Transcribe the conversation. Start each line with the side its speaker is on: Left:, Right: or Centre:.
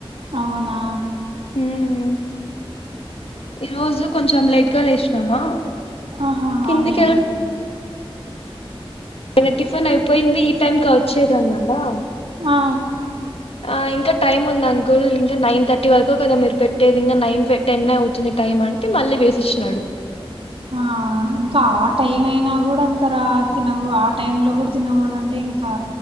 Right: అవునా
Left: మ్ ఈ రోజు కొంచెం లేట్గా లేసినామా
Right: ఆహా
Left: కిందికి
Right: అవునులేండి
Left: ఆ టిఫిన్ అయిపోయింది ఈ టైమ్కి వచ్చేదన్నాడా
Right: ఆ
Left: అ ఇంకా టైమ్ ఉంది అంకుల్ ఇంకా నైన్ థర్టీ వరకు కదా మీరు పెట్టేది ఇంకా నైన్ టెన్ ఎ అవుతుంది టైం అంటే మళ్ళీ వేసిచ్చినాడు
Right: ఆ ఇంకా ఆ టైం అయినా కూడా ఇంకా రా తిన ఆ టైమ్ లో కూడా తినకూడదు అంటే ఇంకా